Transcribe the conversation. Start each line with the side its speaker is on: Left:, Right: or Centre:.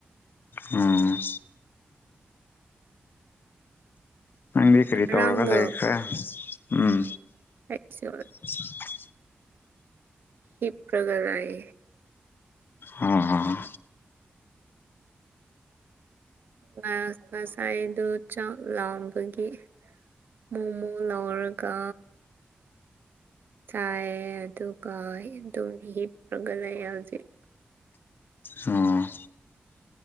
Left: ꯎꯝ ꯅꯪꯗꯤ ꯀꯔꯤ
Right: ꯉꯔꯥꯡꯗꯣ
Left: ꯇꯧꯔꯒ ꯂꯩꯈ꯭ꯔꯦ ꯎꯝ
Right: ꯀꯩꯁꯨ
Left: <unintelligible>
Right: ꯍꯤꯄꯒ ꯂꯩ
Left: ꯑꯣ
Right: ꯉꯥ ꯉꯁꯥꯏꯗꯣ ꯆꯥꯛ ꯂꯥꯝꯕꯒꯤ ꯃꯣꯃꯣ ꯂꯧꯔꯒ ꯆꯥꯏꯑꯦ ꯑꯗꯨꯒ ꯑꯗꯨꯝ ꯍꯤꯄꯔꯒ ꯂꯩꯌꯦ ꯍꯧꯖꯤꯛ
Left: ꯑꯣ